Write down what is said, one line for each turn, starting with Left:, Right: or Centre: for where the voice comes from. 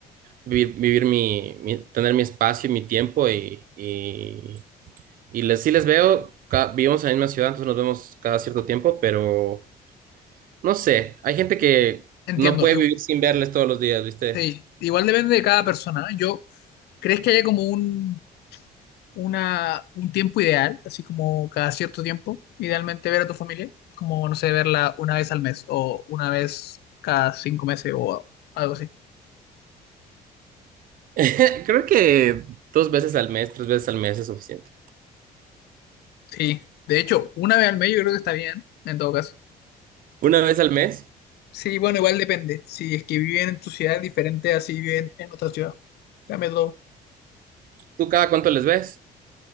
Right: vivir, vivir mi, mi- tener mi espacio y mi tiempo y, y, y les, sí les veo, ca- vivimos en la misma ciudad, entonces nos vemos cada cierto tiempo, pero no sé, hay gente que
Left: Entiendo.
Right: no puede
Left: igu-
Right: vivir sin verles todos los días, ¿viste?
Left: sí, igual depende de cada persona. ¿eh? Yo, ¿crees que haya como un una, un tiempo ideal, así como cada cierto tiempo, idealmente ver a tu familia, como, no sé, verla una vez al mes o una vez cada cinco meses o algo así.
Right: <laughs> Creo que dos veces al mes, tres veces al mes es suficiente.
Left: Sí, de hecho, una vez al mes yo creo que está bien, en todo caso.
Right: Una vez al mes,
Left: Sí, bueno, igual depende. Si es que viven en tu ciudad es diferente así si viven en otra ciudad, cambia todo.
Right: ¿tú cada cuánto les ves?